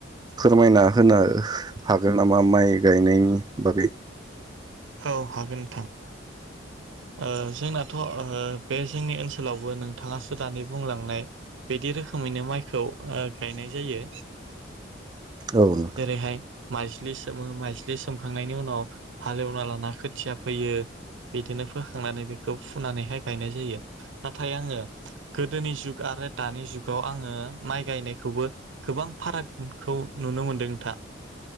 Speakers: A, on the right (about 20°); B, on the right (about 75°).
A: फोरमायना होनो हागोन नामा माइ गायनायनि बागै
B: औ हागोन नोंथां। ओ जोंनाथ' ओ बे जोंनि ओनसोलावबो नोंथाङासो दानि बुंलांनाय बिदि रोखोमैनो माइखौ ओ गायनाय जायो।
A: औ नोंथां।
B: जेरैहाय माइज्लि सोमो माइज्लि सोमखांनायनि उनाव हालेव मालाना खोथिया फैयो बिदिनो फोखांनानै बेखौ फुनानैहाय गायनाय जायो नाथाय आङो गोदोनि जुग आरो दानि जुगाव आङो माइ गायनायखौबो गोबां फारागखौ नुनो मोनदों नोंथां।